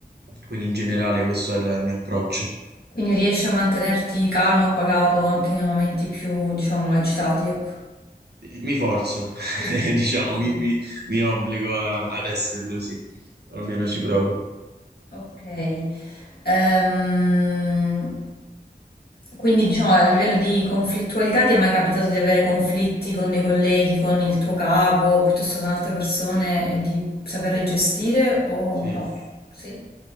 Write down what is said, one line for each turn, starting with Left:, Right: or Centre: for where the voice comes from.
Right: Quindi in generale questo è il mio approccio.
Left: Quindi riesci a mantenerti calmo e pagato anche nei momenti più, diciamo, agitati, ecco.
Right: Mi forzo, <laughs>
Left: Sì, sì.
Right: diciamo,
Left: Bene.
Right: mi, mi- mi obbligo a- ad esserlo, sì. Almeno ci provo.
Left: Ok. Ehm, quindi diciamo a livello di conflittualità ti è mai capitato di avere conflitti con dei colleghi, con il tuo capo, piuttosto con altre persone e di saperle gestire o
Right: Sì.
Left: no? Sì? Ok,